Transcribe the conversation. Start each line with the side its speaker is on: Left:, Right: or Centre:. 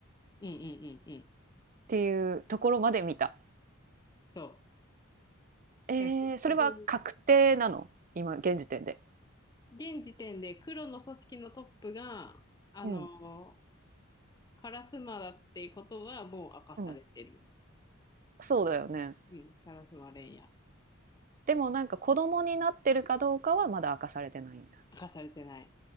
Left: うんうんうんうん。
Right: ていうところまで見た。
Left: そ
Right: えー、
Left: う。え結局
Right: それは確定なの今現時点で。
Left: 現時点で黒の組織のトップが、あの、
Right: うん
Left: カラスマだっていうことはもう明かされてる。
Right: うんそうだよね。
Left: うん、カラスマレンヤ。
Right: でもなんか子供になってるかどうかはまだ明かされてないんだ。
Left: 明かされてない。